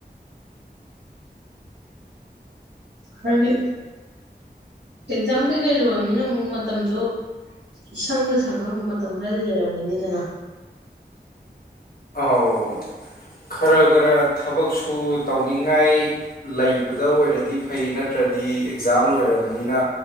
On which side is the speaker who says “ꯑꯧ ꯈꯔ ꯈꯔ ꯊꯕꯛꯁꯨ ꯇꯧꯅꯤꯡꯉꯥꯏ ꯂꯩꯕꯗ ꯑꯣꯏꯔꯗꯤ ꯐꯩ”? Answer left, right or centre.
Left